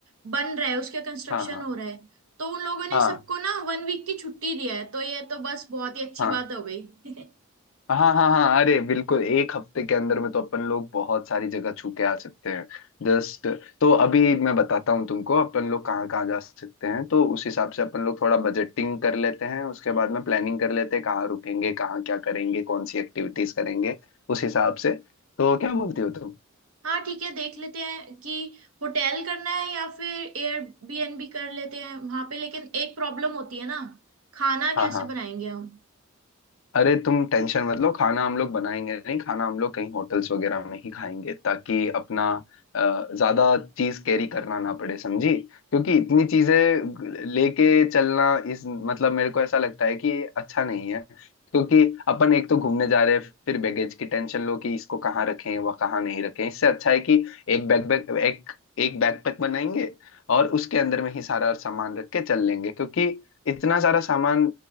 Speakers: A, on the right; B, on the left.
A: बन रहा है उसका कंस्ट्रक्शन
B: हाँ हाँ
A: हो रहा है तो उन लोगों ने
B: हाँ
A: सबको ना वन वीक की छुट्टी दिया है तो ये तो बस बहुत ही अच्छी
B: हाँ
A: बात हो गई <laughs>
B: हाँ हाँ हाँ अरे बिल्कुल एक हफ्ते के अंदर में तो अपन लोग बहुत सारी जगह छू के आ सकते हैं जस्ट तो अभी मैं बताता हूँ तुमको अपन लोग कहाँ कहाँ जा सकते हैं तो उस हिसाब से अपन लोग थोड़ा बजटिंग कर लेते हैं उसके बाद में प्लानिंग कर लेते हैं कहाँ रुकेंगे कहाँ क्या करेंगे कौन सी एक्टिविटीज करेंगे उस हिसाब से तो क्या बोलती हो तुम
A: हाँ ठीक है देख लेते हैं कि होटल करना है या फिर एयरबीएनबी कर लेते हैं वहां पे लेकिन एक प्रॉब्लम होती है ना खाना कैसे
B: हाँ हाँ।
A: बनाएंगे हम
B: अरे तुम टेंशन मत लो खाना हम लोग बनाएंगे नहीं खाना हम लोग कहीं होटल्स वगैरह में ही खाएंगे ताकि अपना अ, ज्यादा चीज कैरी करना ना पड़े समझी क्योंकि इतनी चीजें ग- लेके चलना इस मतलब मेरे को ऐसा लगता है कि ये अच्छा नहीं है क्योंकि अपन एक तो घूमने जा रहे हैं फिर बैगेज की टेंशन लो कि इसको कहाँ रखें व कहाँ नहीं रखें इससे अच्छा है कि एक बैकपैक एक एक बैकपैक बनाएंगे और उसके अंदर में ही सारा सामान रख के चल लेंगे क्योंकि इतना सारा सामान